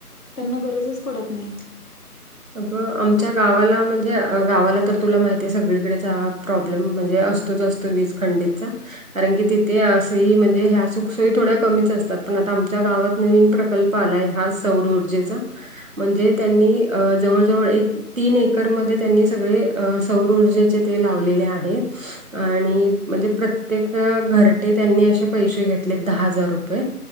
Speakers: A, on the left (about 70°); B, on the right (about 55°).
A: त्यांना गरजच पडत नाही
B: अगं आमच्या गावाला म्हणजे गावाला तर तुला माहितीय सगळीकडेचा प्रॉब्लेम म्हणजे अस असतो वीज खंडीितचा कारण की तिथे असही म्हणजे ह्या सुखसोयी थोड्या कमीच असतात पण आता आमच्या गावात नवीन प्रकार प्रकल्प आलाय हा सौरऊर्जेचा म्हणजे त्यांनी अ जवळजवळ एक तीन एकरमध्येध्ये त्यांनी सगळे अ सौर ऊर्जेचे ते लावलेले आहेत आणि म्हणजे प्रत्येक घरटे त्यांनी असे पैसे घेतले दहा हजार रुपये ह